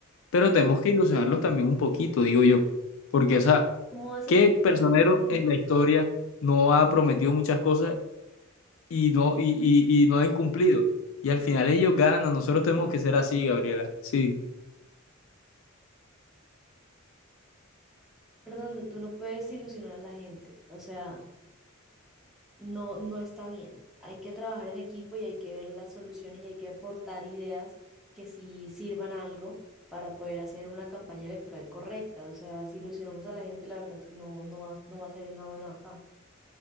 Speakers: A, on the left; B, in the centre.
A: Pero tenemos que ilusionarlos también un poquito, digo yo, porque, o sea,
B: ¿Cómo vas
A: ¿qué
B: a ilusionar
A: personero
B: a la gente?
A: en la historia no ha prometido muchas cosas y no, y, y, y no han cumplido. Y al final ellos ganan, nosotros tenemos que ser así, Gabriela. Sí,
B: Fernando, tú no puedes ilusionar a la gente. O sea, no, no está bien. Hay que trabajar en equipo y hay que ver las soluciones y hay que aportar ideas que sí sirvan a algo para poder hacer una campaña electoral correcta. O sea, si ilusionamos a la gente, la verdad es que no, no va, no va a salir nada bueno acá.